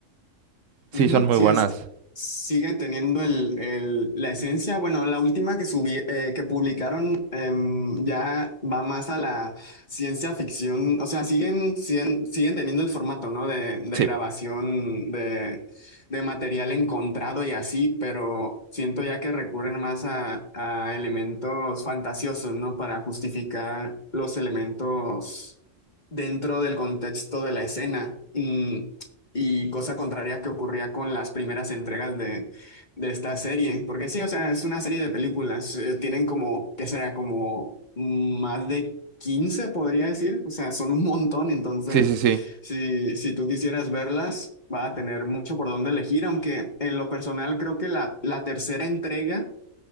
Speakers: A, on the right; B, on the left.
A: Sí,
B: Ujú,
A: son muy
B: sí,
A: buenas.
B: est- siguen teniendo el, el- la esencia. Bueno, la última que subí, eh, que publicaron em, ya va más a la ciencia ficción. O sea, siguen, siguen, siguen teniendo el formato, ¿no? De, de
A: Sí,
B: grabación de, de material encontrado y así, pero siento ya que recurren más a, a elementos fantasiosos, ¿no? Para justificar los elementos dentro del contexto de la escena. Mm, y cosa contraria que ocurría con las primeras entregas de, de esta serie. Porque sí, o sea, es una serie de películas. eh, Tienen como, ¿qué será? Como más de 15 podría decir. O sea, son un montón. Entonces,
A: sí, sí, sí.
B: si, si tú quisieras verlas, va a tener mucho por dónde elegir. Aunque en lo personal creo que la, la tercera entrega